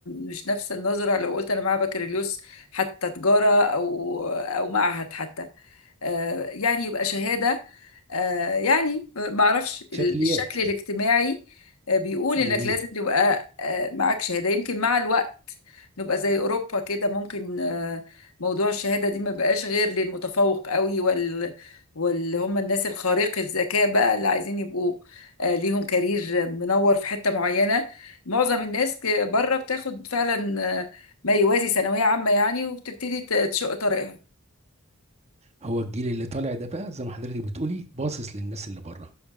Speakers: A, on the left; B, on the right.
A: مش نفس النظره لو قلت انا معايا بكالوريوس حتى تجاره او او معهد حتى آه، يعني يبقى شهادة آه، يعني معرفش
B: شكليات
A: الشكل الاجتماعي آه، بيقول انك
B: جميل
A: لازم تبقى آه، معاك شهادة يمكن مع الوقت نبقى زي اوروبا كده ممكن آه، موضوع الشهادة دي ما بقاش غير للمتفوق قوي وال واللي هم الناس الخارق الذكاء بقى اللي عايزين يبقوا آه، ليهم كارير منور في حتة معينة معظم الناس ك- بره بتاخد فعلا آه، ما يوازي ثانوية عامة يعني وبتبتدي ت- تشق طريقها
B: هو الجيل اللي طالع ده بقى زي ما حضرتك بتقولي باصص للناس اللي بره